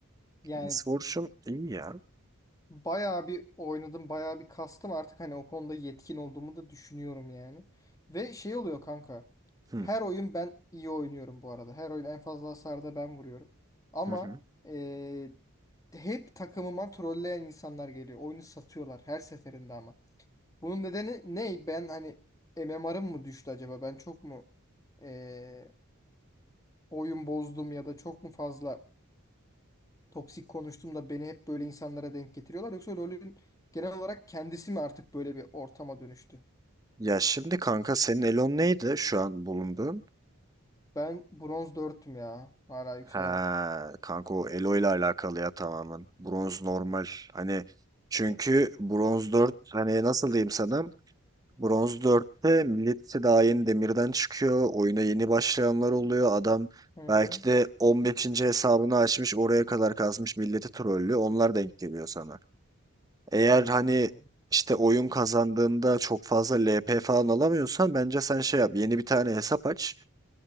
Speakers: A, on the left; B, on the right.
A: Yani
B: Misfortune iyi ya.
A: Bayağı bir oynadım, bayağı bir kastım artık hani o konuda yetkin olduğumu da düşünüyorum yani. Ve şey oluyor kanka.
B: Hı
A: Her oyun ben iyi oynuyorum bu arada. Her oyun en fazla hasarda ben vuruyorum. Ama
B: hı. hı.
A: eee, hep takımıma trolleyen insanlar geliyor. Oyunu satıyorlar her seferinde ama. Bunun nedeni ne? Ben hani MMR'ım mı düştü acaba? Ben çok mu eee, oyun bozdum ya da çok mu fazla toksik konuştum da beni hep böyle insanlara denk getiriyorlar. Yoksa LoL'ün genel olarak kendisi mi artık böyle bir ortama dönüştü?
B: Ya şimdi kanka senin Elon neydi şu an bulunduğun?
A: Ben bronz 4'tüm ya. Hala yükselemedim.
B: Ha kanka o Elo ile alakalı ya tamamen. Bronz normal. Hani çünkü Bronz 4 hani nasıl diyeyim sana? Bronz dörtte millet daha yeni demirden çıkıyor. Oyuna yeni başlayanlar oluyor. Adam
A: Hı
B: belki
A: hı.
B: de on beşinci hesabını açmış oraya kadar kazmış milleti trollü. Onlar denk geliyor sana. Eğer
A: Hmm.
B: hani işte oyun kazandığında çok fazla LP falan alamıyorsan bence sen şey yap. Yeni bir tane hesap aç.